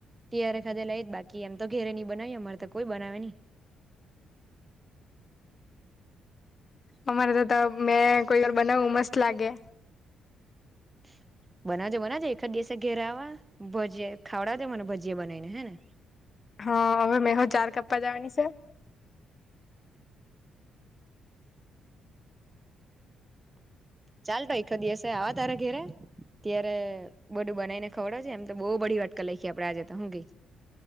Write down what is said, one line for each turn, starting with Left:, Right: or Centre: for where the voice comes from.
Right: ત્યારે ખડેલા એજ બાકી એમ તો ઘેરે નહી બનાવી અમારે તો કોઈ બનાવે નહી. <inaudible>
Left: અમારે તો મેં કોઈ વાર બનાવું મસ્ત લાગે.
Right: <inaudible> બનાવજો બનાજો એકદ દિવસે ઘેરાવા ભજીયા ખાવડાવ દે મને ભજી બનાવીને હે ને?
Left: હા હવે મેહો ચાર કપપા જવાની છે.
Right: ચાલ તો એક દિવસે આવા તારેા ઘેરે ત્યારે બધું બનાઈ ને ખવડે છે એમ તો બહુ બધી વાત કર લખીએ આપડે આજે તો હું કેઈ?